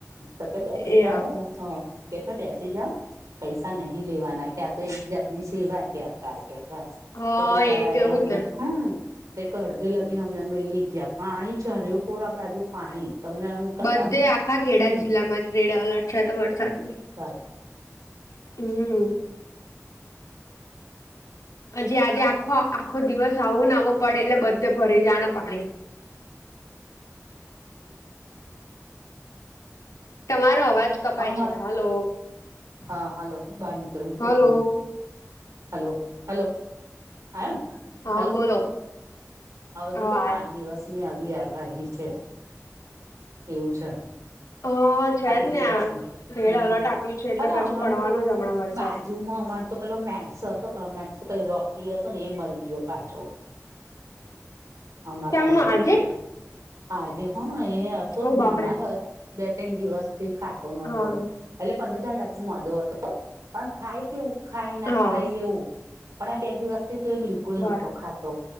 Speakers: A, on the right; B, on the left.
A: સ કે બે
B: એ હા
A: <unintelligible> કે છે બેસી જાઓ પૈસા નહી લેવાના ક્યાં તો એક જાતની સિવાય કે અતાર કે
B: હા
A: તો બિચારા
B: તો
A: એ
B: એવું
A: અમને
B: જ ને
A: હમ્મ તે કય અડધે લગીને અમને મે લઈ ગયા પાણી ચડે કોરા બાજુ પાણી તમને
B: બધે
A: આમ
B: આખા ખેડા
A: હમ
B: જિલ્લામાં રેડ એલર્ટ છે તો વરસાદ નું
A: હા.
B: હમમ. હજી આજે આખો આખો દિવસ આવો ને આવો પડે એટલે બધે ભરય જાવા ના પાણી
A: <inaudible>
B: તમારો અવાજ કપાય
A: અમા
B: છે હલો.
A: હા હલો હું બહાર નીકળું
B: હલો
A: એક મિનિટ હલો હલો આવે ને.
B: હા
A: હલો
B: બોલો હ
A: હજુ
B: આયો
A: તો પાંચ દિવસ ની આવી આગાહી છે. એવું છે.
B: હા છે
A: પાંચ
B: જ
A: દિવસ
B: ને આ
A: ની
B: રેડ
A: હમમ
B: અલર્ટ આપ્યું છે એટલે
A: અરે આમાં
B: પછી પડવાનો
A: તો
B: જ હમણાં વરસાદ
A: બાજ બાજુ માં અમાર તો પેલો મેક્સ હતો મેક્સ કઈ રોકી હતો ને એ મરી ગયો પાછો. <inaudible> અમાર
B: કેમનું
A: બાજુમાં
B: આજે
A: આજે હા એ હતો જ
B: ઓ
A: બીમાર
B: બાપરે
A: બે ત્રણ દિવસ થી ખાતો નતો
B: હા
A: એટલે પંદર દાણા થી મોદો હતો પણ ખાય કેવું ખાય ના
B: હા
A: ખાય એવું પણ આ બે દિવસથી તો બિલકુલ બિલકુલ
B: બર
A: નતો ખાતો